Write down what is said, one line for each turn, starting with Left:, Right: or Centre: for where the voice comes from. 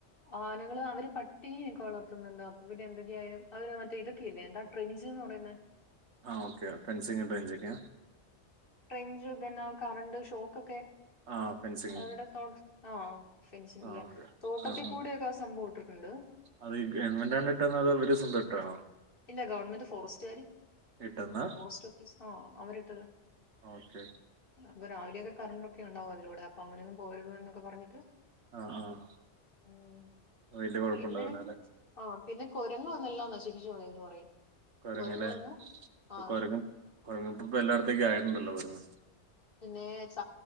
Left: ആനകൾ അവര് പട്ടിനെക്കെ വളർത്തുന്നുണ്ട് അപ്പൊ പിന്നെ എന്തൊക്കെയായാലും അവര് മറ്റേ ഇതൊക്കെയില്ലേ എന്താ. പ്രിൻസ്ന്ന് പറയുന്ന.
Right: ആഹ് ഓക്കെ ഫെൻസിങ്ങ് ഇട്ട് വെഞ്ചേക്ക്യാ?
Left: ട്രെഞ്ച്, <unintelligible> കറണ്ട് ഷോക്കൊക്കെ.
Right: ആഹ് ഫെൻസിങ്
Left: അവരുടെ തോ ആഹ ഫെൻസിങ്ങ്
Right: ആഹ്
Left: ചെയ്യാ
Right: ഓക്കെ
Left: തോട്ടത്തി
Right: ആഹ് ആഹ്
Left: കൂട്യൊക്കെ ആ സംഭവം ഇട്ടിട്ടുണ്ട്.
Right: അത് ഗവൺമന്റാണോ ഇട്ടത് അതോ ഇവര് സ്വന്തം ഇട്ടാണോ?
Left: ഇല്ല ഗവൺമെന്റ് ഫോറസ്റ്റ്കാര്.
Right: ഇട്ടന്നാ
Left: ഫോറസ്റ്റ് ഓഫീസ്ന്നാ അവരിട്ടത്.
Right: ഓക്കെ
Left: അപ്പൊ രാവിലെയൊക്കെ കറണ്ടൊക്കെ ഒണ്ടാവും അതിലൂടെ അപ്പൊ അങ്ങനെ ഒന്നും പോവരുത് ന്നൊക്കെ പറഞ്ഞിട്ട്.
Right: ആഹ് ആഹ്
Left: ഉം
Right: വലിയ കുഴപ്പുണ്ടാവില്ല
Left: പിന്നെ.
Right: അല്ലെ
Left: ആഹ് പിന്നെ കൊരങ്ങ് വന്നെല്ലാം നശിപ്പിച്ചു കളയുന്നു പറയും.
Right: കൊരങ്ങ്
Left: കുരങ്ങ്
Right: ല്ലേ
Left: വന്ന്
Right: ഇപ്പൊ
Left: ആ
Right: കൊരങ്ങ് കൊരങ്ങ്പ്പ ഇപ്പ എല്ലായിടത്തേക്കും ആയിട്ടുണ്ടല്ലോ കൊരങ്ങ്.
Left: പിന്നെ ച